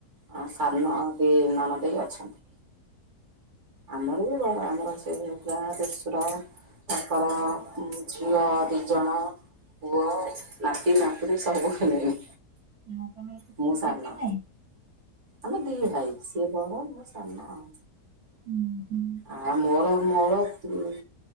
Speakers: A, on the right (about 50°); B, on the right (about 70°).
A: ଅ- ସାନ ଦି ନଣଦେଇ ଅଛନ୍ତି। ଆମର ବି ବଡ ଆମର ସେ ଜା ଦେଢ଼ ସୁର ତାଙ୍କର ଝିଅ ଦିଜଣ। ପୁଅ ନାତି ନାତୁଣୀ ସବୁ ହେଲେଣି।
B: ଆଉ ତମର
A: ମୁଁ ସାନ
B: କେତେ ଭାଇ?
A: ଆମେ ଦି ଭାଇ ସିଏ ବଡ ମୁଁ ସାନ ଆଉ।
B: ହୁଁ ହୁଁ।
A: ଆ ମୋର- ମୋର ଉଁ-